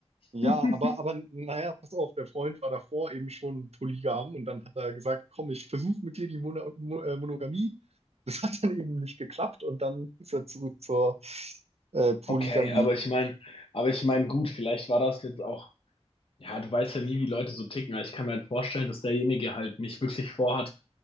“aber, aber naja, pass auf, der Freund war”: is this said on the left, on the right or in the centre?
Right